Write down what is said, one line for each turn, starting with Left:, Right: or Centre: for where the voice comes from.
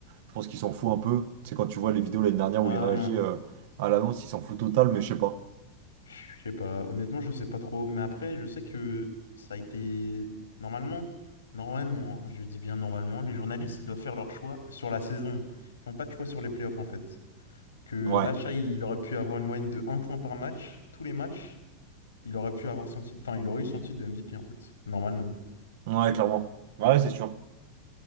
Right: Je pense qu'il s'en fout un peu. C'est quand tu vois les vidéos l'année dernière
Left: Euh,
Right: où il réagit euh, à l'annonce, il s'en fout total, mais je sais pas.
Left: Je sais pas, honnêtement, je sais pas trop. Mais après, je sais que ça a été normalement, normalement, hein, je dis bien normalement, les journalistes, ils doivent faire leur choix sur la saison. Ils font pas de choix sur les playoffs en fait. Que
Right: Ouais,
Left: l'achat, il aurait pu avoir une moyenne de un point par match, tous les matchs, il aurait pu avoir son titre, enfin, il aurait eu son titre de MVP en fait, normalement.
Right: ouais, clairement. Ouais, c'est sûr.